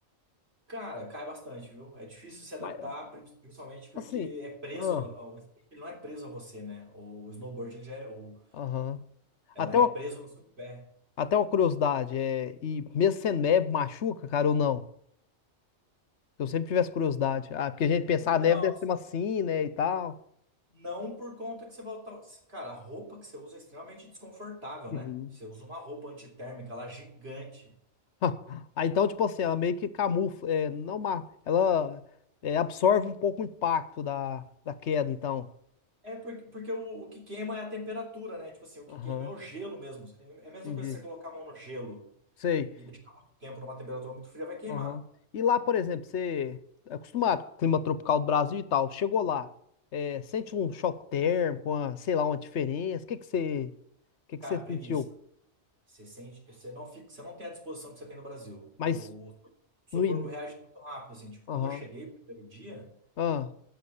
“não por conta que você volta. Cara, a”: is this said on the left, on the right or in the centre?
Right